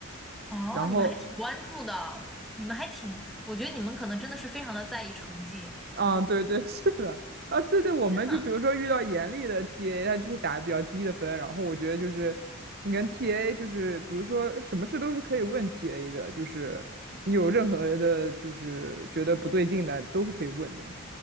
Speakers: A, in the centre; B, on the right.
A: 哦，
B: 然后，
A: 你们还挺关注的，你们还挺，我觉得你们可能真的是非常的在意成绩。
B: 啊，对对，<laughs> 是的，啊，对对，我们就比如说遇到严厉的
A: 天呐！
B: TA，他就会打比较低的分，然后我觉得就是你跟 TA 就是比如说什么事都是可以问 TA 的，就是你有任何的，就是觉得不对劲的，都是可以问的。